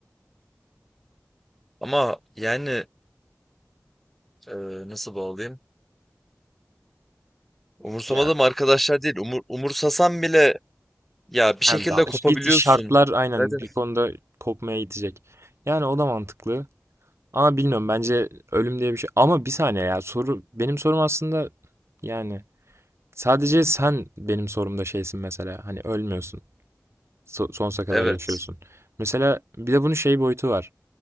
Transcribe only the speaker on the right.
Yani
yani da-
bir şartlar aynen
bir konuda kopmaya gidecek. Yani o da mantıklı. Ama bilmiyorum bence ölüm diye bir şey. Ama bir saniye ya soru benim sorum aslında yani Sadece sen benim sorumda şeysin mesela. Hani ölmüyorsun. So- sonsuza kadar
yaşıyorsun. Mesela bir de bunun şey boyutu var.